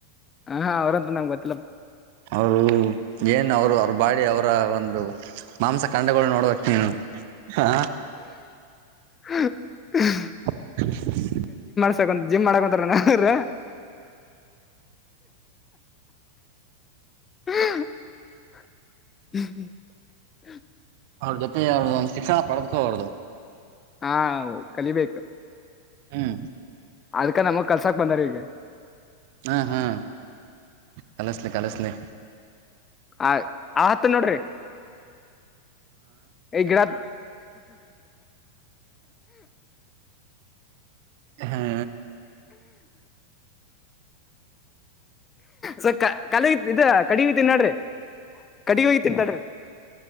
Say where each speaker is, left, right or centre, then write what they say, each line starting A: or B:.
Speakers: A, on the left; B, on the right.
A: ಹಾ ಅವ್ರಂತ ನ ಬ
B: ಅವರು ಏನ್ ಅವ್ರು ಅವ್ರ ಬಾಳಿ ಅವರ ಒಂದು ಮಾಂಸಖಂಡಗಳು ನೋಡ್ಬೇಕ ನೀನು ಹಾ
A: ಹ
B: <unintelligible>
A: ತ ಜಿಮ್ ಮಾಡಕೊಂತಾರ ನ್ರ ಹಾ ಹ್ಮ್ ಹ್ಮ
B: ಅವ್ರ ಜೊತೆ ಅವ್ರ್ದ ಒಂದ್ ಶಿಕ್ಷಣ ಪಡೆದ್ಕೋ ಅವ್ರ್ದು
A: ಹಾ ಕಲಿಬೇಕು
B: ಹ್ಮ್
A: ಅದ್ಕ ನಮಗ್ ಕಲ್ಸಾಕ್ ಬಂದಾರ ಈೀಗೆ
B: ಹಾ ಹಾ ಕಲಿಸ್ಲಿ ಕಲಿಸ್ಲಿ
A: ಆ ಆತ್ ನೋಡ್ರಿ ಈಗಡ
B: ಹಾ್
A: ಸೊಕ್ಕ ಕಾಲ ಇದ ಕಡಿಗಿ ತಿನ್ನಾಡ್ರಿ ಕಡಿ ಹೋಗಿ ತಿಂತಾಡ್ರಿ